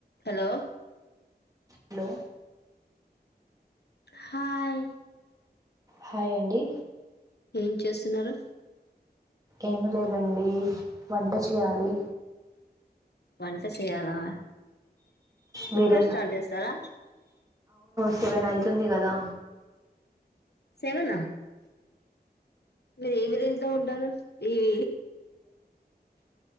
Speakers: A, on the left; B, on the right.
A: Hello
B: hello
A: hi
B: hi అండి
A: ఏం చేస్తున్నారు
B: ఏమి లేదండి వంట చేయాలి
A: వంట చేయాలా
B: మీరేనా
A: ఇప్పుడు స్టార్ట్ చేస్తారా
B: సివెనాయితుంది కదా
A: సెవెనా మీరు ఏ విలేజ్ లో ఉంటారు ఇవి